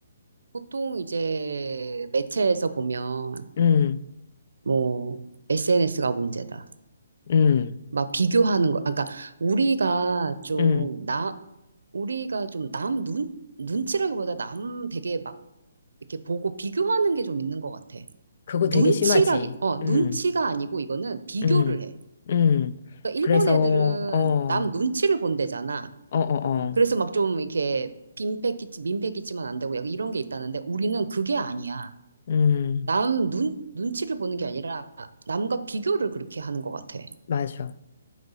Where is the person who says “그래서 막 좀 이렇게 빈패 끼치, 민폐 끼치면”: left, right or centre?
Right